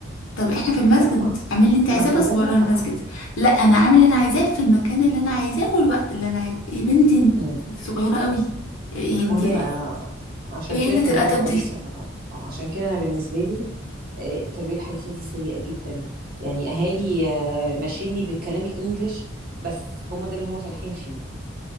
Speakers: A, on the left; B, on the right.
A: طب احنا في المسجد
B: لا ما
A: اعمل اللي انت
B: ما
A: عايزاه بس
B: هو ده
A: بره المسجد
B: بقى
A: لا انا اعمل اللي انا عايزاه في المكان اللي انا عايزاه والوقت اللي انا عايزاه يا بنتي
B: مم.
A: انت صغيره قوي يعني انت
B: ما هو ده بقى عشان
A: ايه
B: كده
A: قله
B: التربية
A: الادب
B: الحديثة
A: دي
B: اه عشان كده أنا بالنسبة لي آه، التربية الحديثة دي سيئة جدا يعني أهالي آه، ماشيني بالكلام الإنجليش بس هما ده اللي هما فالحين فيه